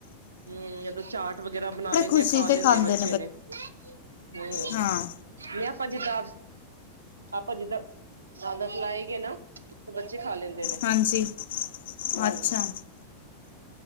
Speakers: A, on the right; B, on the left.
A: ਹੂ, ਯਾਤਾ ਚਾਟ ਵਗੈਰਾ ਬਣਾ ਲੈਂਦੇ
B: ਖੁਸ਼ੀ
A: ਆ, ਖਾ
B: ਤੇ
A: ਲੈਂਦੇ
B: ਖਾਂਦੇ
A: ਆ ਬੱਚੇ ਨੇ। ਹੂ, ਨੀ
B: ਹਾਂ
A: ਮੈਂ ਆਪਾਂ ਜਿੱਦਾਂ ਆਪਾਂ ਜਿੱਦਾਂ, ਆਦਤ ਲਾਏ ਗਏ ਨਾ ਬੱਚੇ ਖਾ ਲੈਂਦੇ ਨੇ,
B: ਹਾਂਜੀ
A: ਹੂ।
B: ਅੱਛਾ